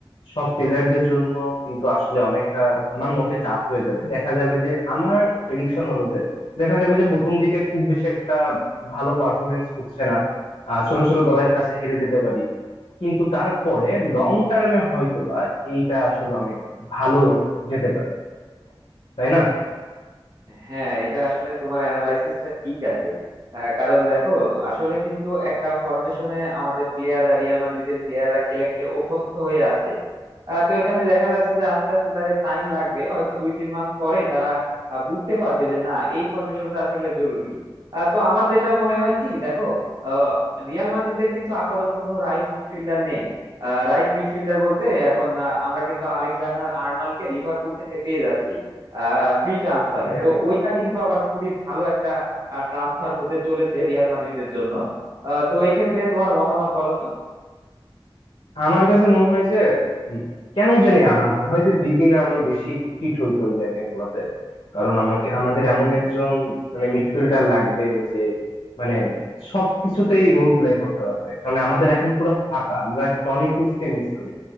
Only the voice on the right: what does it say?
হ্যাঁ এটা আসলে তোমার অ্যানালাইসিসটা ঠিক আছে আহ, কারণ দেখো আসলে কিন্তু একটা ফরমেশনে আমাদের প্লেয়াররা রিয়াল মাদ্রিদের প্লেয়াররা খেলে খেলে অভ্যস্ত হয়ে আছে আহ, তো এখানে দেখা যাচ্ছে যে আস্তে আস্তে তাদের টাইম লাগবে হয়তো দুই তিন মাস পরে তারা আহ, বুঝতে পারবে যে না এই ফরমেশনটা আসলে জরুরি আহ, তো আমার যেটা মনে হয় কি দেখো আহ, রিয়াল মাদ্রিদের কিন্তু আপাতত কোনো রাইট মিডফিল্ডার নেই রাইট মিডফিল্ডার বলতে এখন আহ, আমরা কিন্তু আলেকজান্ডার আর্নল্ডকে লিভারপুল থেকে পেয়ে যাচ্ছি ফ্রি ট্রান্সফারে
তো ওইটা কিন্তু আবার খুবই ভালো একটা ট্রান্সফার হতে চলেছে রিয়াল মাদ্রিদের জন্য আহ, তো এক্ষেত্রে তোমার মতামত বলো তো